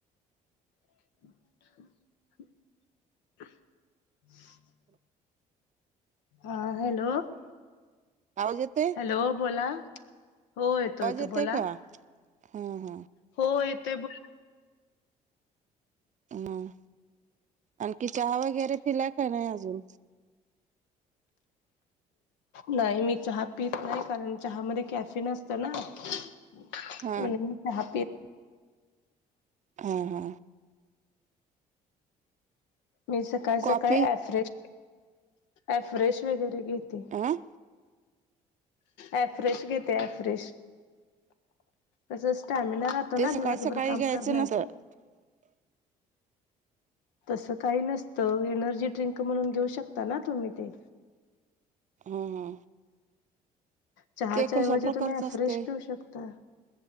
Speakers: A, on the left (about 70°); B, on the right (about 40°).
A: <inaudible> <inaudible> हा हॅलो,
B: आवाज येतोय
A: हॅलो बोला. हो येतो
B: आवाज
A: येतो
B: येतोय
A: बोला
B: का हा हा
A: हो येतोय बो
B: हं आणखी चहा वगैरे पिला का नाही अजून.
A: नाही मी चहा पीत नाही कारण चहा मदे कॅफिन अंसत ना <unintelligible>
B: हा
A: मी चहा पीत
B: हा हा!
A: मी सकाळ
B: कॉफी
A: सकाळी आफ्रेश, आफ्रेश वगैरे घेते.
B: हं!
A: आफ्रेश घेते आफ्रेश. तस स्टॅमिना राहतो
B: ते
A: ना
B: सकाळी
A: दिवसभर
B: सकाळी
A: काम
B: घ्यायचं
A: करण्याचा.
B: नसतं
A: तस काही नसतं एनर्जी ड्रिंक म्हणून घेऊ शकता ना तुम्ही ते.
B: हा हा
A: चहाच्याऐवजी
B: ते कशा प्रकारचं
A: तुम्ही
B: असतंय
A: फ्रेश पिऊ शकता